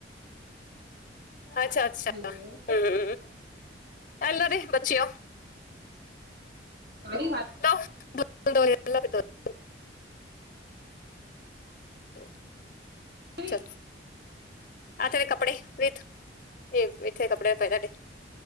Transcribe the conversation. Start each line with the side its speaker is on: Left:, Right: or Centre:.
Left: ਅੱਛਾ-ਅੱਛਾ
Right: ਹੈਲੋ
Left: ਹੂੰ ਹੂੰ ਐਲ ਜੇ ਬੱਚੇਓ
Right: ਪਾਣੀ ਹਰ
Left: <unintelligible> ਤੋਂ
Right: ਮੇਰੀ
Left: ਚਲ ਆ ਤੇਰੇ ਕੱਪੜੇ ਵੇਥ, ਏ ਇਥੇ ਕੱਪੜੇ ਪਏ ਤੁਹਾਡੇ